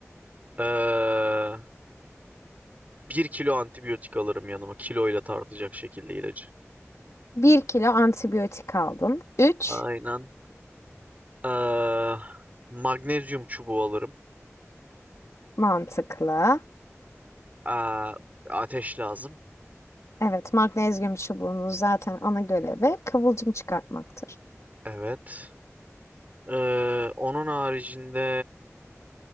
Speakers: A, on the right; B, on the left.
A: Ee, bir kilo antibiyotik alırım yanıma. Kiloyla tartacak şekilde ilacı.
B: Bir kilo antibiyotik aldım. Üç
A: Aynen. Ee, magnezyum çubuğu alırım.
B: mantıklı.
A: Ee, ateş lazım.
B: Evet, magnezyum çubuğunun zaten ana görevi kıvılcım çıkartmaktır.
A: Evet. Ee, onun haricinde